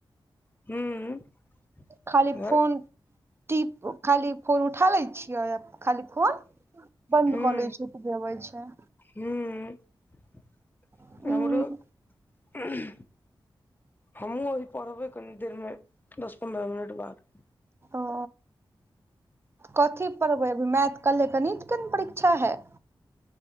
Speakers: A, on the left; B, on the right.
A: <unintelligible>
B: खाली
A: हूँ
B: फोन टीप खाली फोन उठा लै छियै आ खाली फोन <inaudible> बन्द
A: हूँ
B: कऽ लै छै उतबे आबै छै
A: <unintelligible>
B: उंम्म
A: हमरो <unintelligible> हमहुँ अभी पढ़बै कनी देर मे दस पन्द्रह मिनट बाद
B: ओ कथी पढ़बै अभी मैथ कल्हे गणित के ने परीक्षा हैत